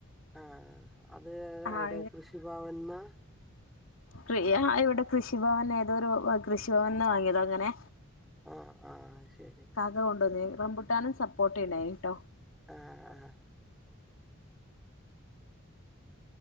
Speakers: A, in the centre; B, on the left.
A: ആ അത്
B: ആഹ്
A: എവിടെ കൃഷിഭാവൻന്നാ
B: കൃ ആ ഇവിടെ കൃഷിഭവൻ ഏതോരു കൃഷിഭവൻന്ന് വാങ്ങിയതാങ്ങനെ
A: ആഹ ആഹ അയ്ശരി
B: കൊണ്ടന്ന റംമ്പുട്ടാനും സപ്പോട്ടിംണ്ടായിനിട്ടോ
A: ആഹ് ഹഹ